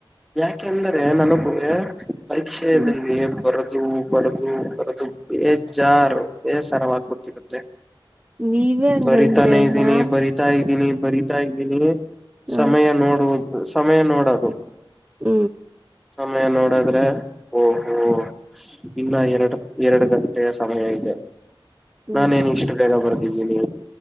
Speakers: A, in the centre; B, on the right.
A: ಯಾಕೆಂದರೆ ನನಗೆ ಪರೀಕ್ಷೆದಲ್ಲಿ
B: ಹ್ಮ್
A: ಬರದು ಬರದು ಬರದು ಬೇಜಾರ ಬೇಸರವಾಗ್ಬಿಟಿರತ್ತೆ.
B: ನೀವೇ ಹಂಗಂದ್ರೆ
A: ಬರಿತಾನೆ ಇದ್ದೀನಿ
B: ನಾನ್
A: ಬರಿತಾ ಇದ್ದೀನಿ ಬರಿತಾ ಇದ್ದೀನಿ.
B: ಹ
A: ಸಮಯ ನೋಡುವುದು ಸಮಯ ನೋಡೋದು.
B: ಹ್ಞ.
A: ಸಮಯ ನೋಡದ್ರೆ ಓಹೋ ಇನ್ನ ಎರಡ ಎರಡ ಗಂಟೆ ಸಮಯ ಇದೆ. ನಾನೇನ
B: ಹ್ಮ್
A: ಇಷ್ಟ ಬೇಗ ಬರ್ದಿದ್ದೀನಿ.